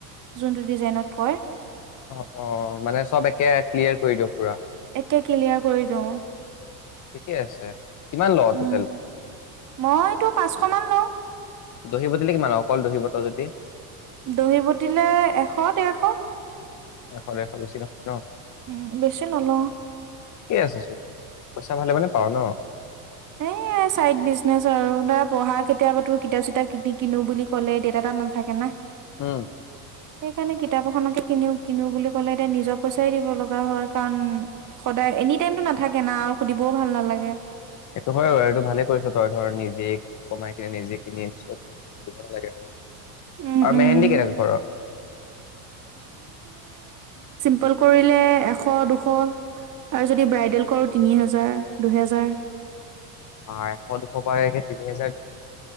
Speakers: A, on the right; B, on the left.
A: যোনটো ডিজাইনত কয়।
B: অ অ মানে চব একে ক্লিয়াৰ কৰি দিয় পুৰা।
A: ক্লিয়াৰ কৰি দিওঁ।
B: ঠিকে আছে। কিমান ল
A: উম
B: টোটেল
A: মইতো পাঁচশ মান লওঁ।
B: দহি বটিলে কিমান অকল দহি বত যদি
A: দহি বটিলে এশ ডেৰশ
B: এশ দেৰশ বেছি নহয় ন।
A: উম বেছি নল‌ও।
B: থিকেই আছে চ। পইচা ভালে মানে পাওঁ ন।
A: এ চাইড বিজনেচ আৰু দৰা পঢ়া কেতিয়াবা তোৰ কিতাপ চিতাপ। কিনি। কিনো বুলি ক'লে দেতা তাত নাথাকে ন।
B: উম
A: সেইকাৰণে কিতাপ এখনকে কিন কিনো বুলি কলে এতিয়া নিজৰ পইচাই দিব লগা হয় কাৰণ সদায় এনি টাইমতো নাথাকে না আৰু সুধিবও ভাল নালাগে।
B: এইটো হয় আৰু এইটো ভালে কৰিছ তই ধৰ নিজে কমাই কিনে নিজে কিনি চব ঘৰতটো সুধিব নালাগে আৰু আৰু
A: উম উম
B: মেহেন্দী কেনেকৈ কৰ।
A: পল কৰিলে এশ দুশ। আৰু যদি ব্ৰাইডেল কৰো। তিনি হেজাৰ দুহেজাৰ।
B: অ এশ দুশ পৰাে তিনি হেজাৰ দুহেজাৰ।